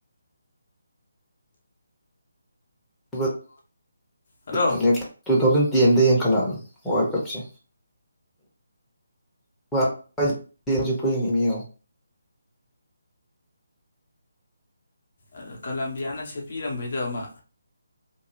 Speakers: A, in the centre; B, on the left.
A: <unintelligible>
B: ꯍꯜꯂꯣ
A: ꯇꯨ ꯊꯥꯎꯖꯟ ꯇꯦꯟꯗ ꯌꯦꯡꯈꯠꯂꯛꯑꯕꯅꯦ ꯋꯥꯔꯜ ꯀꯞꯁꯦ <unintelligible> ꯍꯧꯖꯤꯛꯐꯥꯎ ꯌꯦꯡꯉꯤꯅꯤ ꯉꯦꯡꯉꯣ
B: ꯑꯗ ꯀꯂꯝꯕꯤꯌꯥꯅ ꯁꯦꯠꯄꯤꯔꯝꯕꯩꯗꯣ ꯑꯃ